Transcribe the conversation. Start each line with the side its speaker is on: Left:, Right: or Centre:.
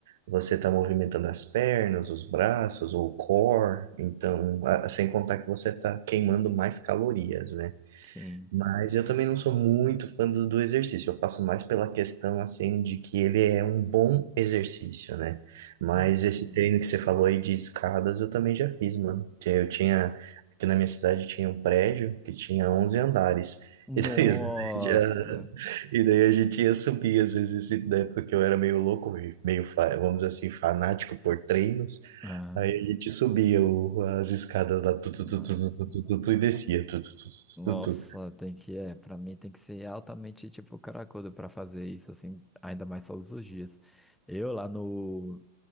Right: você tá movimentando as pernas, os braços, o core, então, a- sem contar que você tá queimando mais calorias, né?
Centre: sim,
Right: Mas eu também não sou muito fã do, do exercício. Eu faço mais pela questão, assim, de que ele é um bom exercício, né? Mas
Centre: ah, sim.
Right: esse treino que você falou aí de escadas, eu também já fiz, mano. Que Eu tinha... Aqui na minha cidade tinha um prédio que tinha 11 andares. <laughs>
Centre: Nossa!
Right: E daí, às vezes, a gente ia- e daí a gente ia subir, às vezes, e na época que eu era meio louco, e meio, fa- vamos dizer assim, fanático por treinos.
Centre: Ah,
Right: Aí a gente subia o- as escadas lá, tu, tu,
Centre: nossa,
Right: tu, tu, tu, tu, tu, tu, tu, e descia, tu, tu, tu,
Centre: nossa,
Right: tu, tu, tu.
Centre: tem que, é, pra mim tem que ser altamente, tipo, caracudo pra fazer isso, assim, ainda mais todos os dias. Eu lá no,